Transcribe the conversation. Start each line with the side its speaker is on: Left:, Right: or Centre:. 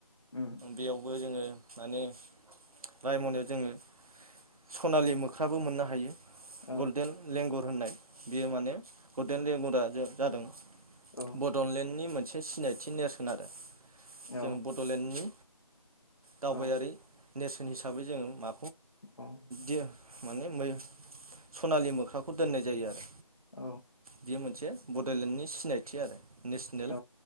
Left: उम
Right: बेयावबो जोंङो माने रायमनायाव जोंङो सनालि मोख ख्राबो मोननो हायो
Left: औ
Right: गल्डेन लेंगुर होननाय बियो माने गल्देन लेंगुरा जे जादों
Left: औ
Right: बड'लेण्डनि मोन से सिनायथि नेरसोन आरो
Left: औ
Right: जों बड'लेण्डनि दावबायारि
Left: औ
Right: नेर्सन हिसाबै जोंङो मा
Left: उम औ
Right: दे माने मै सनालि मोख्राखौ दोननाय जायो आरो
Left: औ
Right: बे मोनसे बड'लेण्डनि सिनायथि आरो नेसनेल
Left: औ